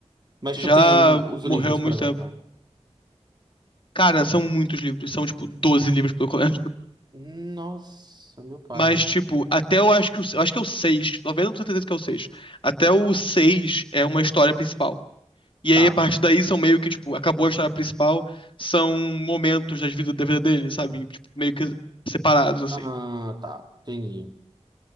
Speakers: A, on the right; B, on the left.
A: Mas
B: Já
A: tu tem o- os
B: morreu
A: livros,
B: há muito
A: por exemplo.
B: tempo. Cara, são muitos livros, são tipo 12 livros pelo colégio.
A: Nossa, meu pai.
B: Mas tipo, até eu acho que o, eu acho que é o 6, 90% certeza que é o 6. Até o 6 é uma história principal. E
A: Tá.
B: aí a partir daí são meio que tipo, acabou a história principal, são momentos das vida, da vida dele, sabe? Tipo, meio que separados assim.
A: Ah, tá. Entendi.